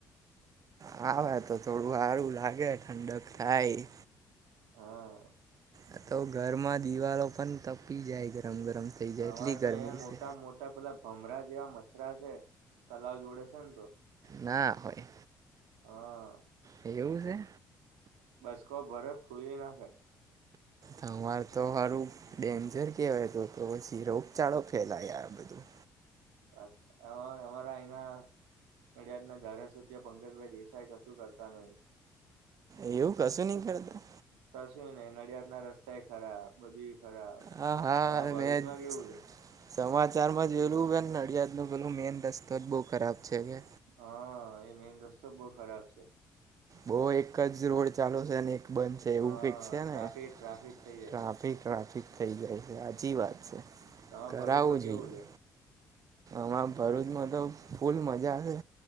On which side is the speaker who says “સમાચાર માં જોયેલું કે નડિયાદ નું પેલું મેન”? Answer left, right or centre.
Right